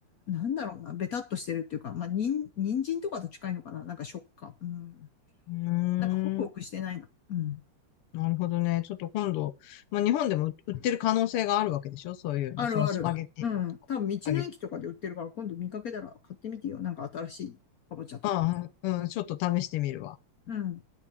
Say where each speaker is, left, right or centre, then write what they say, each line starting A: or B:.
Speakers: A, on the left; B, on the left.
A: なんだろうな、ベタっとしてるっていうか、まあ、にん、人参とかと近いのかななんか食感。うん。
B: うーん。
A: なんかホクホクしてないな。うん。
B: なるほどね。ちょっと今度、まあ、日本でも売ってる可能性があるわけでしょそういうの。
A: あるある。
B: そのスパゲッティのとか。
A: うん。多分道の駅とかで売ってるから、
B: スパゲッティ。
A: 今度見かけたら買ってみてよ。なんか新しいかぼちゃとか。
B: ああ、うん、ちょっと試してみるわ。
A: うん。